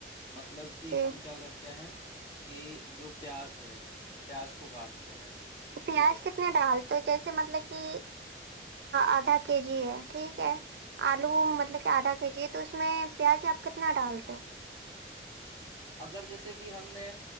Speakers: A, on the left; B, on the right.
A: مطلب کہ
B: جی
A: ہم کیا کرتے ہیں کہ جو پیاز ہے پیاز کو کاٹ ہیں <unintelligible>
B: پیاز
A: ٹھیک ہے
B: کتنا ڈال <unintelligible> تو جیسے مطلب کہ آدھا کے جی ہے ٹھیک ہے آلو مطلب کہ آدھا کے جی ہے تو اس میں پیاز آپ کتنا ڈال دو <unintelligible>
A: اگر جیسے کہ ہم نے